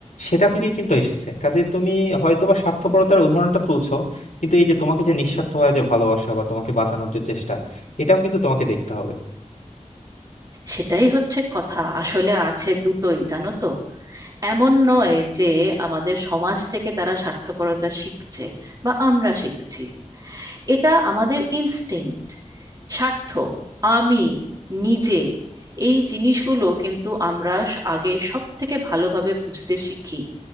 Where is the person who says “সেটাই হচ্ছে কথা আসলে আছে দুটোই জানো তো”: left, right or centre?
Right